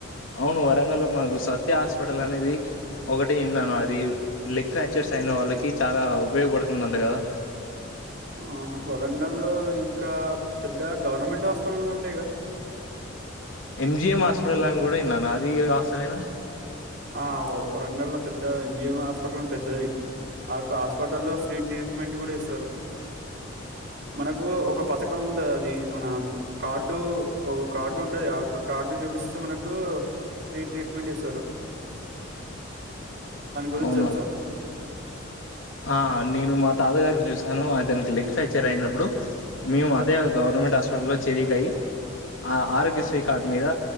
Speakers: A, on the left (about 70°); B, on the right (about 55°).
A: అవును, వరంగల్ లో మనకు సత్య హాస్పిటల్ అనేది ఒకటి ఇన్నాను. అదీ లెగ్ ఫ్రాక్చర్స్ అయిన వాళ్ళకి చాలా ఉపయోగపడుతుందంట కదా?
B: ఆహ వరంగల్ లో ఇంకా, పెద్దగ గవర్నమెంట్ హాస్పటళ్ళు గూడుంటయిగా?
A: ఎం జి ఎం హాస్పిటల్ అనిగూడ ఇన్నాను, అదీ వాస్తమేనా?
B: ఆ, వరంగల్ల ప్ పెద్దగా ఎం జి ఎం హాస్పిటలు పెద్దది. ఆ యొక్క హాస్పిటల్లో ఫ్రీ ట్రీట్మెంట్ కూడ ఇస్తారు. మనకూ ఒక పథకం ఉంటది, అది మన కార్డు ఒక కార్డు ఉంటది, ఆయొక్క కార్డు చూపిస్తే, మనకు ఫ్రీ ట్రీట్మెంట్ ఇస్తరు. గురించి
A: అవునా!
B: తెలుసా
A: హా నేను మా తాతాగారికి చుప్ చూసాను అతనికి లెగ్ ఫ్యాక్చర్ అయినప్పుడు, మేము అదే గవర్నమెంట్ హాస్పిటల్లో చేరిక అయి, ఆ ఆరోగ్యశ్రీ కార్డ్ మీద